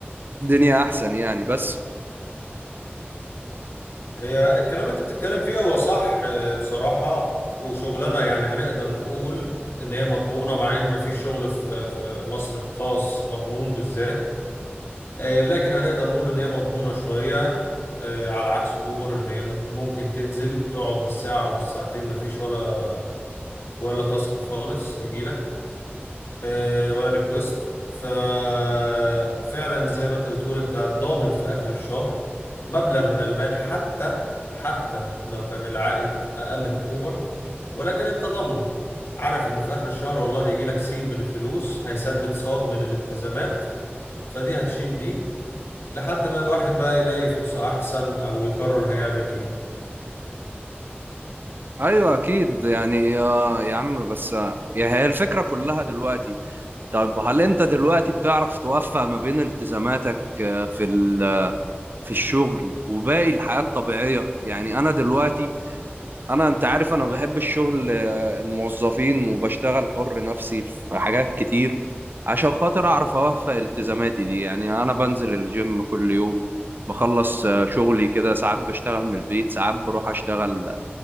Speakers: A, on the right; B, on the left.
A: الدنيا احسن يعني بس
B: هي الكلام اللي انت بتتكلم فيه هو صح آه، بصراحة وشغلنا يعني هنقدر نقول ان هي مضمونة مع ان مفيش شغل في في مصر خاص مضمون بالذات آه، لكن هنقدر نقول ان هي مضمونة شوية آه، على عكس اوبر ان هي مم- ممكن تنزل تقعد بالساعة وبالساعتين مفيش ولا ولا تاسك خالص يجيلك آه، ولا ريكوست ففعلا زي ما انت بتقول انت ضامن في اخر الشهر مبلغ من المال حتى حتى لو كان العائد اقل من اوبر ولكن انت ضامنه عارف ان في اخر الشهر والله هيجي لك سين من الفلوس هيسدد صاد من الالتزامات فدي هتشيل دي لحد ما الواحد بقى يلاقي فرصة احسن او يقرر هيعمل ايه
A: ايوه اكيد يعني آه، يا عم بس آه، يعني هي الفكره كلها دلوقتي طب هل انت دلوقتي بتعرف توفق ما بين التزاماتك آه، في ال- في الشغل وباقي الحياه الطبيعيه يعني انا دلوقتي انا انت عارف انا بحب الشغل آه، الموظفين وبشتغل حر نفسي في حاجات كتير عشان خاطر اعرف اوفق التزاماتي دي يعني انا بنزل الجيم كل يوم بخلص آه، شغلي كده ساعات بشتغل من البيت ساعات بروح اشتغل